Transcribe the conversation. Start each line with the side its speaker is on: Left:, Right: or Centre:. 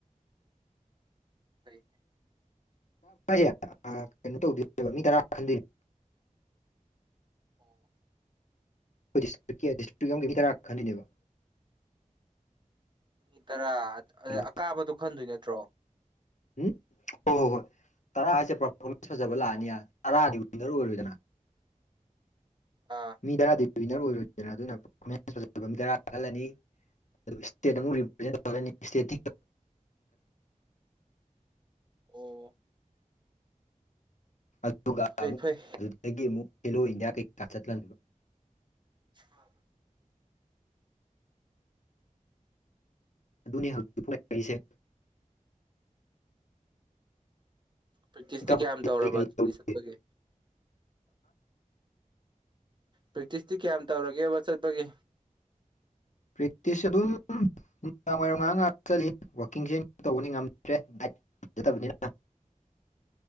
Right: ꯐꯔꯤꯅꯦ
Left: ꯦ ꯀꯩꯅꯣ ꯇꯧꯗꯣꯏꯅꯦꯕ ꯃꯤ ꯇꯔꯥ ꯈꯟꯗꯣꯏꯅꯦ
Right: ꯑꯣ
Left: ꯑꯩꯈꯣꯏꯗꯤꯁꯇ꯭ꯔꯤꯛꯀꯤ ꯗꯤꯁꯇ꯭ꯔꯤꯛꯀꯤ ꯃꯤ ꯇꯔꯥ ꯈꯅꯦꯕ
Right: ꯑꯅꯤ ꯇꯔꯥ ꯑ
Left: ꯍꯜꯂꯣ
Right: ꯑꯀꯥꯕꯗꯣ ꯈꯟꯗꯣꯏ ꯅꯠꯇ꯭ꯔꯣ
Left: ꯎꯝ ꯍ ꯍꯣ ꯍꯣꯏ ꯇꯔꯥ ꯍꯥꯏꯁꯦ ꯄꯔꯐꯣꯔꯃꯦꯟꯁ ꯐꯖꯕ ꯂꯥꯛꯑꯅꯤ ꯇꯔꯥꯗꯤ ꯋꯤꯟꯅꯔ ꯑꯣꯏꯔꯣꯏꯗꯅ
Right: ꯑꯥ
Left: ꯃꯤ ꯇꯔꯥꯗꯤꯋꯤꯟꯅꯔ ꯑꯣꯏꯔꯣꯏꯗꯅ ꯑꯗꯨꯅ ꯄꯦꯟꯁ ꯐꯖꯕ ꯃꯤ ꯇꯔꯥꯍꯜꯂꯅꯤ ꯏꯁꯇꯦꯠ ꯑꯃꯨꯛ ꯔꯤꯄ꯭ꯔꯖꯦꯟ ꯇꯧꯅꯤ ꯏꯁꯇꯦ
Right: ꯑꯣ
Left: ꯑꯗꯨꯒ
Right: ꯐꯩ
Left: ꯑꯃꯨꯛ
Right: ꯐꯩ
Left: ꯑꯗꯨꯗꯒꯤ ꯑꯃꯨꯛ ꯈꯦꯂꯣ ꯏꯟꯗꯤꯌꯥ ꯀꯩꯀꯥ ꯆꯠꯕ
Right: ꯑ
Left: ꯑꯗꯨꯅꯤ ꯍꯧꯖꯤꯛꯇꯛ ꯄ ꯂꯩꯔꯤꯁꯦ
Right: ꯄ꯭ꯔꯦꯛꯇꯤꯁꯇꯤ
Left: ꯏꯇꯥꯎ ꯀꯔꯤ
Right: ꯀꯌꯥꯝ ꯇꯧꯔꯕ
Left: ꯀꯔꯤ
Right: ꯑꯗꯨꯗꯤ
Left: ꯇꯧꯔꯤꯒꯦ
Right: ꯆꯠꯄꯒꯦ ꯕ꯭ꯔꯤꯇꯤꯁꯇꯤ ꯀꯌꯥꯝ ꯇꯧꯔꯒꯦꯕ ꯆꯠꯄꯒꯦ
Left: ꯄꯇꯁ ꯑꯗꯨꯝ ꯅꯨꯅꯨꯡꯃꯤꯗꯥꯡ ꯋꯥꯏꯔꯝ ꯉꯥꯏꯍꯥꯛ ꯉꯥꯏꯍꯥꯛ ꯆꯠꯂꯤ ꯋꯥꯋꯥꯛꯀꯤꯡꯁ ꯇꯧꯕꯅꯤ ꯉꯝꯗ꯭ꯔꯦꯗꯥꯏꯅꯤꯅ